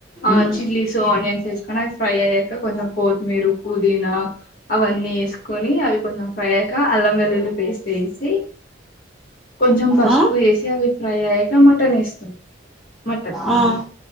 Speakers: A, on the left; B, in the centre.
A: ఆ
B: ఉమ్,
A: చిల్లీస్ ఆనియన్స్ వేసుకొని అవి ఫ్రై అయ్యాక కొంచెం కొత్తి పోతు మీరు పుదీనా అవన్నీ వేసుకొని అవి కొంచెం ఫ్రై అయ్యాక అల్లం వెల్లుల్లి పేస్ట్ వేసి కొంచెం పసుపు
B: ఉమ్,
A: వేసి అవి ఫ్రై అయ్యాక మటన్ వేస్తాం మటన్
B: ఉమ్,